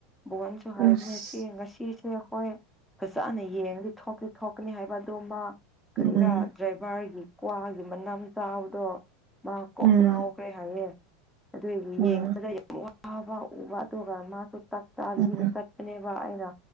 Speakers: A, in the centre; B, on the right.
A: ꯕꯣꯍꯟꯁꯨ
B: ꯑꯁ
A: ꯍꯥꯏꯕꯅꯦ ꯆꯦ ꯉꯁꯤ ꯁꯦ ꯍꯣꯏ ꯐꯖꯅ ꯌꯦꯡꯉꯗꯤ ꯊꯣꯛꯇ ꯊꯣꯛꯀꯅꯤ ꯍꯥꯏꯕ ꯑꯗꯨꯝ ꯃꯥ ꯀꯔꯤꯔꯥ
B: ꯎꯝ
A: ꯗ꯭ꯔꯥꯏꯚꯔꯒꯤ ꯀ꯭ꯋꯥꯒꯤ ꯃꯅꯝ ꯆꯥꯕꯗꯣ ꯃꯥ ꯀꯣꯛ
B: ꯎꯝ
A: ꯉꯥꯎꯈ꯭ꯔꯦ ꯍꯥꯏꯌꯦ ꯑꯗꯨꯏꯒꯤ
B: ꯎꯝ
A: ꯌꯦꯡꯕꯗ ꯌꯥꯝ ꯋꯥꯏ ꯋꯥꯥ ꯋꯥ ꯎ ꯋꯥꯗꯧꯒ ꯃꯥꯁꯨ ꯆꯥꯛ ꯆꯥꯗꯕꯤꯗ
B: ꯎꯝ
A: ꯆꯠꯄꯅꯦ ꯑꯦꯅꯥ